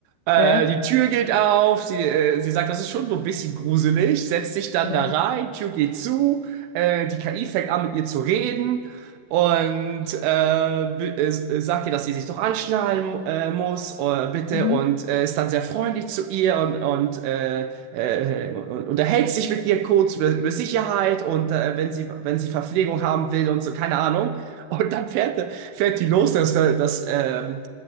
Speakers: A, on the right (about 80°); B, on the left (about 75°).
A: Äh,
B: ja,
A: die Tür geht auf, sie, äh, sie sagt, das ist schon so ein bisschen gruselig, setzt sich dann
B: ja,
A: da rein, Tür geht zu, äh, die KI fängt an mit ihr zu reden und äh, b- äh, sagt ihr, dass sie sich doch anschnallen äh, muss, äh, bitte,
B: mhm,
A: und äh, ist dann sehr freundlich zu ihr und, und äh, äh, und unterhält sich mit ihr kurz über, über Sicherheit und äh, wenn sie, wenn sie Verpflegung haben will und so, keine Ahnung. Und dann fährt, fährt die los, dass, dass, ähm,